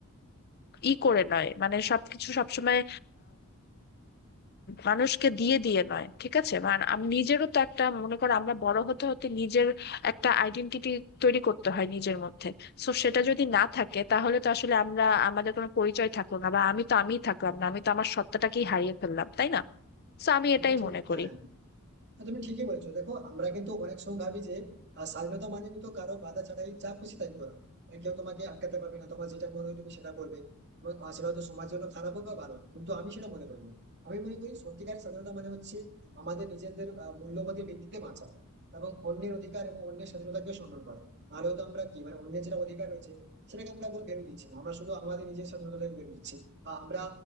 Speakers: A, on the left (about 45°); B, on the right (about 50°).
A: ই করে নয় মানে সবকিছু সবসময় মানুষকে দিয়ে দিয়ে নয় ঠিক আছে মানে আমি নিজেরও তো একটা মনে করো আমরা বড় হতে হতে নিজের একটা আইডেন্টিটি তৈরি করতে হয় নিজের মধ্যে সো সেটা যদি না থাকে তাহলে তো আসলে আমরা আমাদের কোনো পরিচয় থাকলো না বা আমি তো আমিই থাকলাম না আমি তো আমার সত্তাটাকেই হারিয়ে ফেললাম তাই না তো আমি
B: হ্যাঁ,
A: এটাই
B: তুমি ঠিক
A: মনে করি
B: হ্যাঁ হ্যাঁ, তুমি ঠিকই বলেছো দেখো আমরা কিন্তু অনেক সময় ভাবি যে আহ, স্বাধীনতা মানে তো কারো বাধা ছাড়াই যা খুশি তাই করা আহ, কেউ তোমাকে আটকাতে পারবে না তোমার যেটা মনে হয় তুমি সেটা করবে এবং, আহ, সেটা হয়তো সমাজের জন্য খারাপ হোক বা ভালো হোক, কিন্তু আমি সেটা মনে করি না আমি মনে করি সত্যিকারের স্বাধীনতা মানে হচ্ছে আমাদের নিজেদের আহ, মূল্যবোধের ভিত্তিতে বাঁচা এবং অন্যের অধিকার এবং অন্যের স্বাধীনতাকে সম্মান করা আর হয়তো আমরা কি মানে অন্যের যেটা অধিকার রয়েছে সেটাকে আমরা কোনো ভ্যালু দিচ্ছি না। আমরা শুধু আমাদের নিজের স্বাধীনতাকে ভ্যালু দিচ্ছি বা আমরা